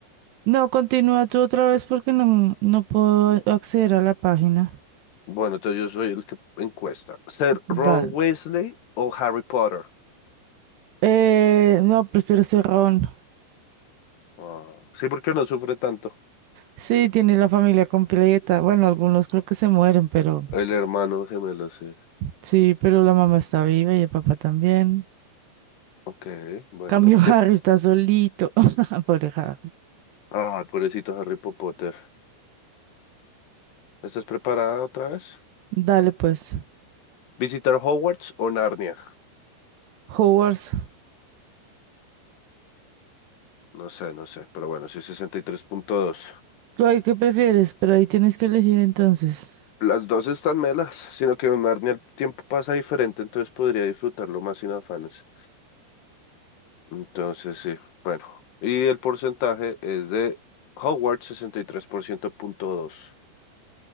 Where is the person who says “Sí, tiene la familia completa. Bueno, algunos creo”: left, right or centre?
Right